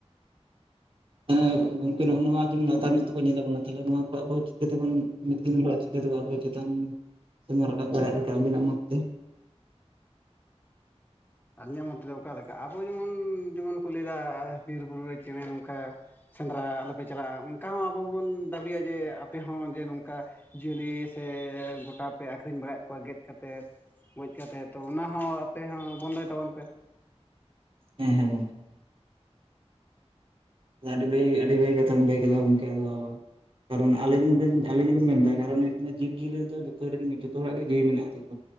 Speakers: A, on the right; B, on the left.
A: ᱦᱮᱸ ᱜᱚᱝᱠᱮ ᱱᱚᱜ ᱱᱚᱣᱟ ᱡᱮᱢᱚᱱ ᱞᱟᱛᱟᱨ ᱢᱮᱫ ᱛᱮᱠᱚ ᱧᱮᱞᱮᱫ ᱵᱚᱱᱟ ᱛᱟᱦᱟᱞᱮ ᱱᱚᱣᱟ ᱟᱵᱚ ᱪᱤᱠᱟᱹᱛᱮᱵᱚᱱ ᱪᱚ ᱟᱨᱦᱚ ᱪᱮᱛᱟᱱ ᱥᱮᱫ ᱮᱢ ᱨᱟᱠᱟᱵ ᱫᱟᱲᱮᱭᱟᱜ ᱞᱮᱠᱟ ᱟᱹᱵᱤᱱᱟᱜ ᱢᱚᱛ ᱛᱮ
B: ᱟᱞᱤᱧᱟᱹᱜ ᱢᱚᱛ ᱛᱮ ᱫᱚ ᱚᱠᱟ ᱞᱮᱠᱟ ᱟᱵᱚ ᱡᱮᱢᱚᱱ ᱡᱮᱢᱚᱱ ᱠᱚ ᱞᱟᱹᱭᱫᱟ ᱵᱤᱨᱵᱩᱨᱩ ᱨᱮ ᱪᱮᱸᱬᱮ ᱱᱚᱝᱠᱟ ᱥᱮᱸᱫᱽᱨᱟ ᱟᱞᱚᱯᱮ ᱪᱟᱞᱟᱜᱼᱟ ᱚᱱᱠᱟ ᱦᱚᱸ ᱟᱵᱚ ᱦᱚᱸ ᱵᱚᱱ ᱫᱟᱹᱵᱤᱭᱟ ᱡᱮ ᱟᱯᱮ ᱦᱚᱸ ᱡᱮ ᱱᱚᱝᱠᱟ ᱡᱤᱭᱟᱹᱞᱤ ᱥᱮ ᱜᱚᱴᱟ ᱯᱮ ᱟᱹᱠᱷᱨᱤᱧ ᱵᱟᱲᱟᱭᱮᱫ ᱠᱚᱣᱟ ᱜᱮᱫ ᱠᱟᱛᱮᱫ ᱜᱚᱡ ᱠᱟᱛᱮᱫ ᱛᱚ ᱚᱱᱟ ᱦᱚᱸ ᱟᱯᱮ ᱦᱚᱸ ᱵᱚᱱᱫᱚᱭ ᱛᱟᱵᱚᱱ ᱯᱮ᱾
A: ᱦᱮᱸ ᱦᱮᱸ ᱜᱚᱝᱠᱮ ᱾ ᱟᱹᱰᱤ ᱵᱟᱹᱭ ᱟᱹᱰᱤ ᱵᱷᱟᱜᱮ ᱠᱟᱛᱷᱟᱢ ᱞᱟᱹᱭ ᱠᱮᱫᱟ ᱜᱚᱢᱠᱮ ᱟᱫᱚ ᱠᱟᱨᱚᱱ ᱟᱞᱤᱧ ᱟᱞᱤᱧ ᱢᱮᱱ ᱫᱟ ᱠᱟᱨᱚᱱ ᱦᱩᱭᱩᱜ ᱠᱟᱱᱟ ᱡᱤᱵᱽ ᱡᱤᱭᱟᱹᱞᱤ ᱫᱚ ᱡᱚᱛᱚ ᱨᱮᱱ ᱜᱤ ᱡᱚᱛᱚ ᱦᱚᱲᱟᱜ ᱜᱮ ᱡᱤᱣᱤ ᱢᱮᱱᱟᱜᱼᱟ ᱛᱚ᱾ <inaudible>